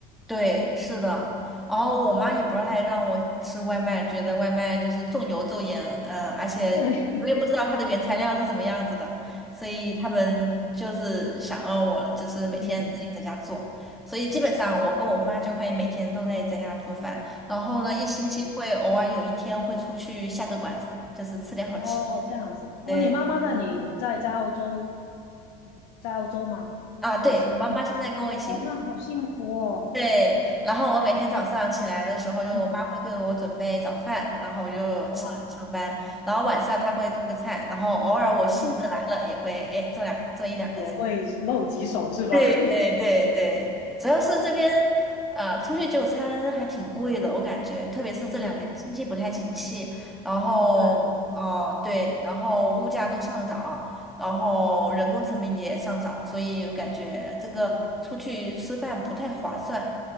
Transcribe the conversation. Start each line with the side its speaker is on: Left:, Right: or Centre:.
Centre: 对，是的。然后我妈也不是还让我吃外卖，觉得外卖就是重油重盐，嗯，而且你我也不知道它的原材料是怎么样子的，
Left: 对，
Centre: 所以他们就是想让我就是每天自己在家做，
Left: <laughs> 嗯。
Centre: 所以基本上我跟我妈就会每天都在在家做饭，然后呢，一星期会偶尔有一天会出去下个馆子，
Left: 嗯，
Centre: 就是吃点好吃。
Left: 哦，这样子。
Centre: 对
Left: 哦，你妈妈在你在在澳洲，在澳洲吗？
Centre: 啊，对，
Left: 也是。
Centre: 我妈妈现在跟我一起。
Left: 哦，那好幸福哦。
Centre: 对，然后我每天早上起来的时候，就我妈会给我准备早饭，
Left: 嗯，
Centre: 然后我就吃了上班。
Left: 哇，
Centre: 然后晚上她会做个菜，然后偶尔我兴致来了也会哎做两做一两个菜。
Left: 嗯，也会露几手是吧？
Centre: 对对对对，
Left: <laughs>
Centre: 主要是这边呃，出去就餐还挺贵的，我感觉，特别是这两年经济不太景气，
Left: 嗯，
Centre: 然后哦对，
Left: 对，
Centre: 然后物价都上涨，然后人工成本也上涨，所以我感觉这个出去吃饭不太划算，
Left: 嗯。